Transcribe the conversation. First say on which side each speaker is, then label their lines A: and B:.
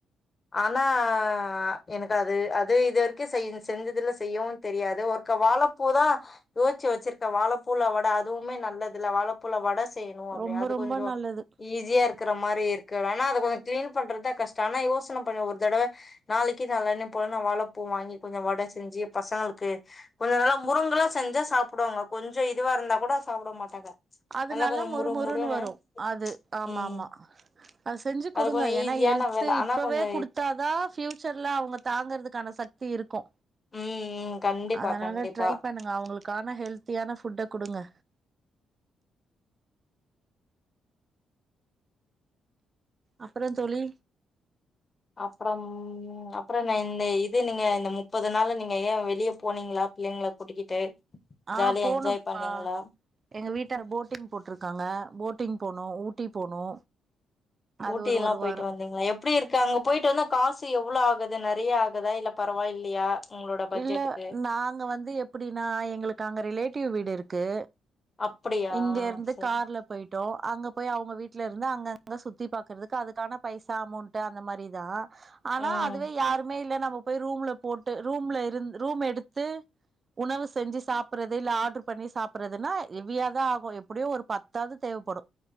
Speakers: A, on the left (about 20°); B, on the right (about 25°).
A: ஆன ஆ எனக்கு அது அது இதுவரைக்கு செய் செஞ்சதுல செய்யவும் தெரியாது ஒருக்க வாழைப்பூ தா யோசுச்சு வச்சிருக்க வாழைப்பூல வடை அதுவுமே நல்லதுல்லா வாழைப்பூல வட செய்யணு. அப்டியா
B: ரொம்ப
A: அது
B: ரொம்ப
A: கொஞ்ச
B: நல்லது
A: ஈஸியா இருக்கற மாரி இருக்கு ஆன கிட்டக்கவே கிளீன் பண்றதுதா கஷ்ட ஆனா யோசன பண்ண ஒரு தடவ நாளைக்கு நாளாணிக்க போலன்னா வாழைப்பூ வாங்கி கொஞ்ச வடை செஞ்சு பசங்களுக்கு கொஞ்ச நல்லா முருங்கல்லா செஞ்சா சாப்டுவாங்க கொஞ்ச இதுவா இருந்தா கூட சாப்ட மாட்டாங்க
B: அதுனாலா
A: நல்லா கொஞ்சோ
B: மொறுமுொறுன்னு
A: முறு முறுன்னு
B: வரு அது ஆமா
A: ம்
B: ஆமா அது செஞ்சு
A: அது
B: குடுங்க
A: கொஞ்சோ
B: ஏன்னா
A: ஈஸியான
B: ஹெல்த்து
A: வேல ஆனா
B: இப்பவே
A: கொஞ்சோ
B: குடுத்தாதா ஃபியூச்சர்ல அவுங்க தாங்கறதுக்கான சக்தி இருக்கு
A: ம் ம் கண்டிப்பா
B: அதனால
A: கண்டிப்பா
B: ட்ரை பண்ணுங்க அவுங்களுக்கான ஹெல்த்தியான ஃபுட்ட குடுங்க அப்புற தோழி
A: அப்புறம் ம் அப்புறங்க இந்த இது நீங்க இந்த முப்பது நாள்ள நீங்க ஏ வெளியே போனீங்களா பிள்ளைங்கள கூட்டிக்கிட்டு
B: ஆ
A: ஜாலியா
B: போனப்ப
A: என்ஜாய் பண்ணீங்களா
B: எங்க வீட்டார போட்டிங் போட்ருக்காங்க போட்டிங் போனோ ஊட்டி போனோ அது
A: ஊட்டி
B: ஒரு
A: எல்லா
B: ஒரு
A: போயிட்டு
B: வாரோ
A: வந்தீங்களா எப்டி இருக்கு அங்க போயிட்டு வந்தா காசு எவ்ளோ ஆகுது இது நெறைய ஆகுதா இல்ல பரவாயில்லையா உங்களோட பட்ஜெட்டுக்கு
B: இல்ல நாங்க வந்து எப்டின்னா எங்களுக்கு அங்க ரிலேட்டிவ் வீடு இருக் கு
A: அப்படியா
B: இங்க இருந்து
A: சரி
B: கார்ல போயிட் ட்டோ அங்க போய் அவங்க வீட்ல இருந்த அங்கங்க சுத்தி பாகறதுக்கு அதுக்கான பைசா அமௌண்ட் அந்த மாரிதா ஆனா
A: ம்
B: அதுவே யாருமே இல்ல நம்ம போய் ரூம்ல போட்டு ரூம்ல இருந் ரூம் எடுத்து உணவு செஞ்சி சாப்புறது இல்ல ஆடர் பண்ணி சாப்பறதுன்னா ஹெவியாதா ஆகு எப்புடியு ஒரு பத்தாவது தேவ்ப்படு